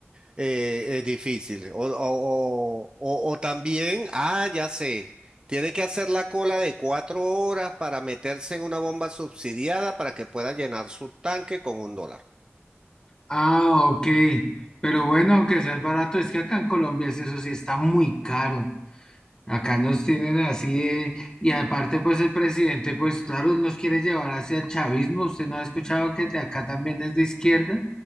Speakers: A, on the right; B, on the left.
A: Eh, es difícil. O, o- o- o- o también, ah, ya sé, tiene que hacer la cola de cuatro horas para meterse en una bomba subsidiada para que pueda llenar su tanque con un dólar.
B: Ah, ok. Pero bueno, aunque sea barato, es que acá en Colombia es eso sí está muy caro. Acá nos tienen así de- y aparte pues el presidente pues claro nos quiere llevar hacia el chavismo. ¿Usted no ha escuchado que el de acá también es de izquierda?